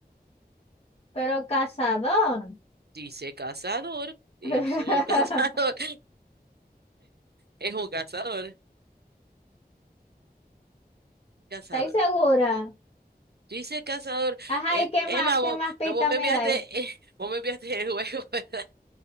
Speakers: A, on the left; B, on the right.
A: pero cazador.
B: Dice cazador. eh,
A: <laughs>
B: soy un <laughs> cazador. Es un cazador. Cazador.
A: ¿Estáis segura?
B: Dice cazador.
A: Ajá,
B: eh,
A: ¿y qué
B: Emma,
A: más?
B: vos,
A: ¿Qué más pista
B: vos me
A: me
B: enviaste,
A: dais?
B: eh, vos me enviaste el juego, <laughs> ¿verdad?